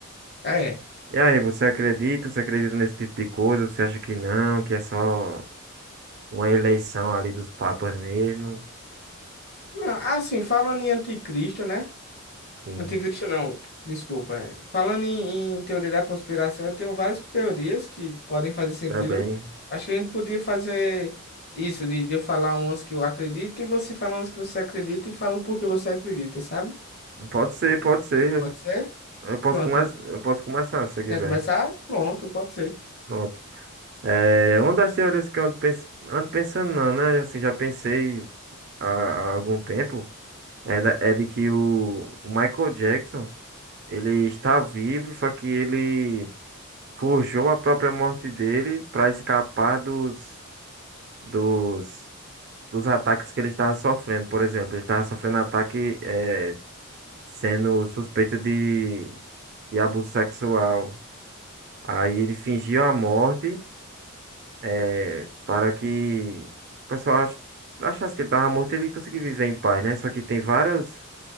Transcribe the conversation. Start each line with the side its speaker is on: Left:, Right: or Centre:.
Left: É,
Right: E aí, você acredita? Você acredita nesse tipo de coisa? Você acha que não, que é só. Uma eleição ali dos papas mesmo.
Left: não, assim, falando em anticristo, né?
Right: Sim,
Left: Anticristo não, desculpa. é. Falando em, em teoria da conspiração, eu tenho várias teorias que podem fazer sentido.
Right: também.
Left: Acho que a gente podia fazer isso, de, de eu falar umas que eu acredito e você falar umas que você acredita e falar o porquê você acredita, sabe?
Right: Pode ser, pode ser.
Left: Pode ser?
Right: Eu posso
Left: Pronto.
Right: começar, eu posso começar se você quiser.
Left: Quer começar? Pronto, pode ser.
Right: Pronto. É, uma das teorias que eu ando, pens- ando pensando, não, né? Assim, já pensei há, há algum tempo, é, da- é de que o, o Michael Jackson, ele está vivo, só que ele forjou a própria morte dele para escapar dos, dos, dos ataques que ele estava sofrendo. Por exemplo, ele estava sofrendo ataque é, sendo suspeito de, de abuso sexual. Aí ele fingiu a morte, eh, para que o pessoal ach- achasse que ele estava morto e ele conseguia viver em paz, né? Só que tem vários,